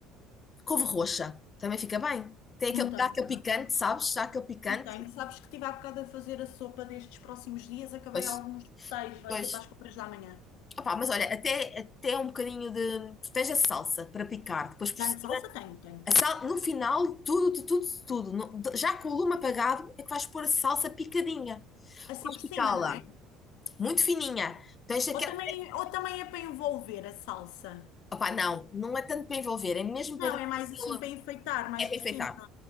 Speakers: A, on the left (about 20°); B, on the left (about 85°).
A: couve roxa, também fica bem. Tem
B: não
A: aquele,
B: tenho,
A: dá aquele
B: cá.
A: picante, sabes? Dá aquele picante.
B: não tenho, sabes que estive há bocado a fazer a sopa destes próximos dias, acabei
A: Pois,
B: alguns detalhes, vai
A: pois.
B: ser para as compras da manhã,
A: Opa, mas olha, até, até um bocadinho de. Tu tens a salsa para picar, depois por
B: tenho
A: cima.
B: salsa? Tenho, tenho,
A: A
B: tenho,
A: sal,
B: tenho,
A: no final, tudo, de tudo, de tudo. no- de- já com o lume apagado, é que vais pôr a salsa picadinha.
B: assim
A: Podes
B: por
A: picá-la,
B: cima, não é?
A: muito fininha. Tens aquela.
B: Ou também, ou também é para envolver a salsa?
A: Opa, não, não é tanto para envolver, é mesmo
B: Não,
A: para dar
B: é mais
A: aquela.
B: assim para enfeitar, mais
A: É para
B: por
A: enfeitar.
B: cima,